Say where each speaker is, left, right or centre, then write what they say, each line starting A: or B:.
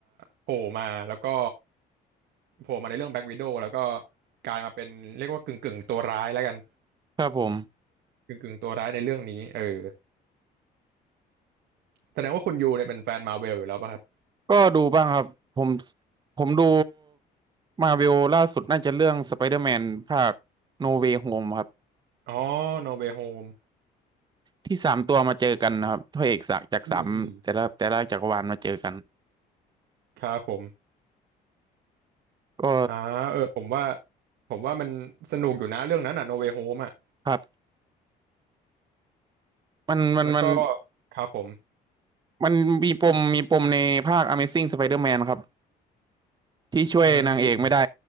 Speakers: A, on the right; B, on the right.
A: โผล่มาแล้วก็ โผล่มาในเรื่องแบ็ k ว i ด o w แล้วก็กลายมาเป็นเรียกว่ากึ่งกึ่งตัวร้ายแล้วกัน
B: ครับผม
A: กึ่งกึ่งตัวร้ายในเรื่องนี้เออแสดงว่าคุณยูเนี่ยเป็นแฟนมาเวลอยู่แล้วป่ะครับ
B: ก็ดูบ้างครับผมผมดูมาเวลล่าสุดน่าจะเรื่องสไปเดอร์แมนภาคโนเว y h โฮมครับ
A: อ๋อ No Way Home
B: ที่สามตัวมาเจอกันนะครับพระเอกจากจากสามแต่ละแต่ละจักรวาลมาเจอกัน
A: อืมอืมครับผม
B: ก็
A: อ่าเออผมว่าผมว่ามันสนุกอยู่นะเรื่องนั้นอ่ะ No Way Home อ่ะ
B: ครับมันมันมัน
A: แล้วก็ครับผม
B: มันมีปมมีปมในภาค Amazing Spider-Man ครับที่ช่วยนางเอกไม่ได้
A: อืม